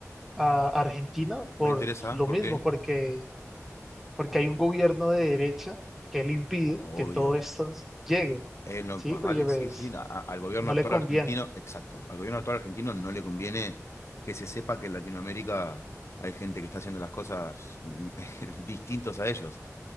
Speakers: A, in the centre; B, on the left.
A: a Argentina? Por
B: me interesa,
A: lo
B: ¿por
A: mismo,
B: qué?
A: porque, porque hay un gobierno de derecha que le impide
B: Obvio.
A: que todo esto llegue,
B: Es lo
A: ¿sí?
B: que más
A: Porque
B: vale,
A: pues,
B: sí, sí. a- a- al gobierno
A: no
B: actual
A: le conviene.
B: argentino, exacto. Al gobierno actual argentino no le conviene que se sepa que en Latinoamérica hay gente que está haciendo las cosas mm, <laughs> distintos a ellos.